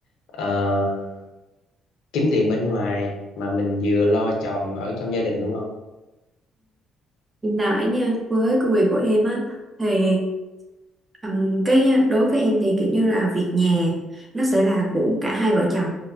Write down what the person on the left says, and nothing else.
ờ, kiếm tiền bên ngoài mà mình vừa lo tròn ở trong gia đình đúng không?